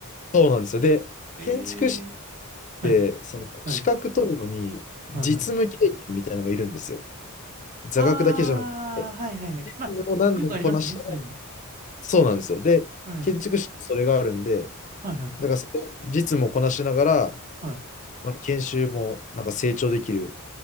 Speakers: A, on the left; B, on the right.
A: そうなんですよ。で、
B: ええ、
A: 建築士
B: はい、
A: で、その資格取るのに実務経験みたいなのがいるんですよ。
B: はい、はい、はい。
A: 座学だけじゃなくて、
B: ああ、はいはいはい。
A: 実務を何年こなしたら、
B: まあ、よくありますね、そういうの。
A: そうなんですよ。で、
B: うん。
A: 建築士にそれがあるんで、
B: はいはい、
A: だからそれを実務をこなしながら、
B: はい。
A: まあ、研修もなんか成長できる。